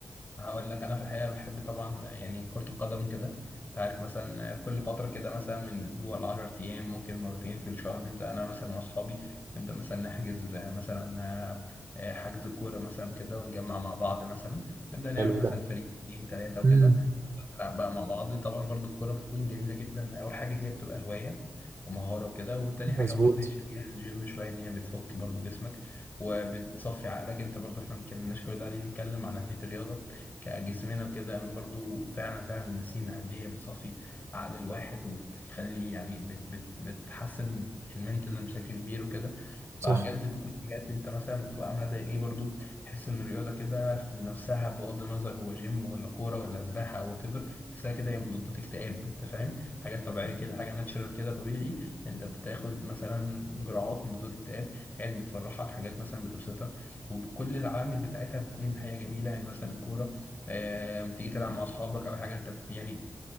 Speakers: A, on the left (about 30°); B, on the right (about 50°).
A: هقول لك أنا في الحقيقة بحب طبعا يعني كرة القدم كده أنت عارف مثلا كل فترة كده مثلا من أسبوع لعشر أيام ممكن مرتين في الشهر نبدأ أنا مثلا وأصحابي نبدأ مثلا نحجز مثلا حجز كورة مثلا كده ونجمع مع بعض مثلا نبدأ نعمل
B: حلو
A: مثلا
B: ده
A: فريق اتنين تلاتة وكده
B: امم
A: بنلعب بقى مع بعض طبعا برضو الكرة بتكون جميلة جدا أول حاجة هي بتبقى هواية ومهارة وكده والتاني
B: مظبوط
A: حاجة برضو هي شبيهة الجيم شوية إن هي بتفك برضو جسمك وبتصفي عقلك أنت برضو إحنا ما اتكلمناش كل ده قاعدين نتكلم عن أهمية الرياضة كجسمنا وكده برضو فعلا فعلا نسينا قد إيه هي بتصفي عقل الواحد وبتخلي يعني بت بت بتحسن المنتنال بشكل كبير وكده فبجد
B: صح
A: بتكون حاجات انت مثلا بتبقى عامله زي ايه برضو تحس ان الرياضه كده في نفسها بغض النظر هو جيم ولا كوره ولا سباحه او وات تحسها كده هي مضادات اكتئاب انت فاهم حاجات طبيعيه كده حاجه ناتشرال كده طبيعي انت بتاخد مثلا جرعات مضادات اكتئاب حاجات بتفرحك حاجات مثلا بتبسطك وكل العوامل بتاعتها بتكون حاجه جميله يعني مثلا الكوره آه، بتيجي تلعب مع اصحابك او حاجه انت ب- يعني